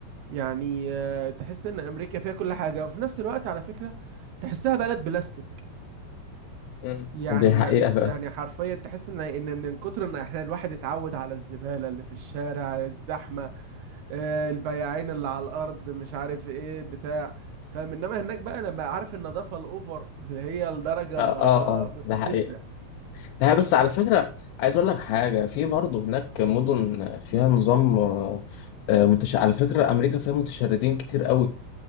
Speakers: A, on the right; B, on the left.
A: يعني آه، تحس ان امريكا فيها كل حاجة وفي نفس الوقت على فكرة تحسها بلد بلاستيك
B: مم.
A: يعني
B: دي حقيقة
A: يعني
B: فعلا
A: يعني حرفيا تحس ان ان من كتر ان احنا الواحد اتعود على الزبالة اللي في الشارع الزحمة آه، البياعين اللي على الارض مش عارف ايه بتاع فاهم انما هناك بقى لما عارف النظافة الاوفر اللي هي لدرجة
B: اه اه آه،
A: مستفزة
B: ده حقيقة هي بس على فكرة عايز أقول لك حاجة في برضه هناك مدن فيها نظام آه، آه، متش... على فكرة أمريكا فيها متشردين كتير قوي